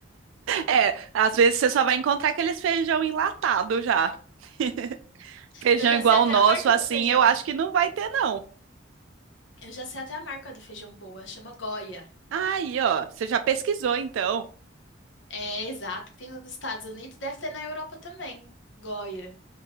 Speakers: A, on the right; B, on the left.
A: É, às vezes você só vai encontrar aqueles feijão enlatado já. <laughs> Feijão
B: Eu já
A: igual
B: sei até
A: o nosso,
B: a marca
A: assim,
B: do feijão.
A: eu acho que não vai ter, não.
B: Eu já sei até a marca do feijão boa, chama Goya.
A: Aí, ó, você já pesquisou então.
B: É, exato, que tem nos Estados Unidos, deve ter na Europa também. Goya,